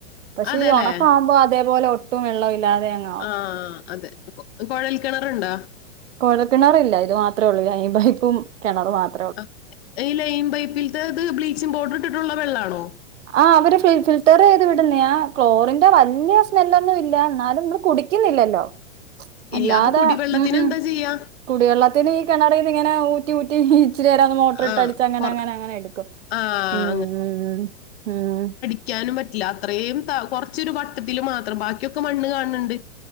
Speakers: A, on the right; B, on the left.
A: പക്ഷെ
B: അതെല്ലേ
A: ഈ ഉണക്കാകുമ്പോ അതേപലെ ഒട്ടും വെള്ളം ഇല്ലാതെ അങ്ങ്
B: ആഹ് അതെ കുഴൽ കിണറുണ്ടോ
A: കോഴക്കിണറ് ഇല്ല ഇത് മാത്രേള്ളൂ കൈ പൈപ്പും കിണറും മാത്രം
B: അഹ് ഈ ലൈൻ പൈപ്പിലത്തെ ഇത് ബ്ലീച്ചിങ് പൗഡർ ഇട്ടിട്ടുള്ള വെള്ളാണോ
A: ആ അവര് ഫിൽറ്റർ ചെയ്ത് വിടുന്നയാ ക്ലോറിന്റെ വലിയ സ്മെല്ലൊന്നും ഇല്ല എന്നാലും മ്മള് കുടി ക്കുന്നില്ലല്ലോ അല്ലാതെ
B: ഇല്ല അപ്പൊ കുടിവെള്ളത്തിന്
A: ഉം മ്
B: എന്താ ചെയ്യാ
A: കുടിവെള്ളത്തിന് ഈ കിണറിന്ന് ഇങ്ങനെ ഊറ്റി ഊറ്റി ഇച്ചിരിയേരം അങ് മോട്ടർ
B: ആഹ്
A: ഇട്ട് അടിച്ച് അങ്ങനെ
B: കൊറ
A: അങ്ങനെ അങ്ങനെ എടുക്കും
B: ആഹ്
A: ഉം ഉം ഹ് ഉം
B: ക്കാനും പറ്റില്ല അത്രയും താ കുറച്ചൊരു വട്ടത്തി മാത്രം ബാക്കിയൊക്കെ മണ്ണ് കാണണുണ്ട്